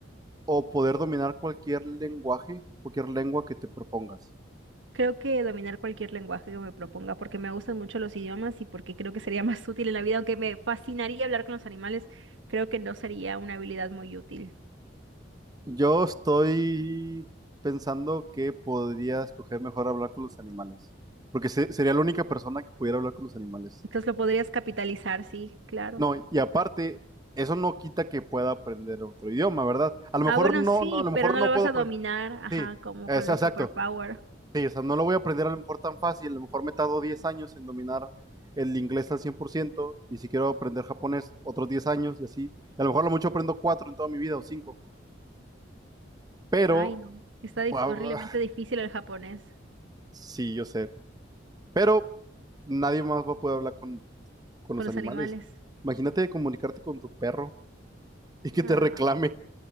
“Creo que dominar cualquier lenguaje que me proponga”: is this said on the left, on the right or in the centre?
Right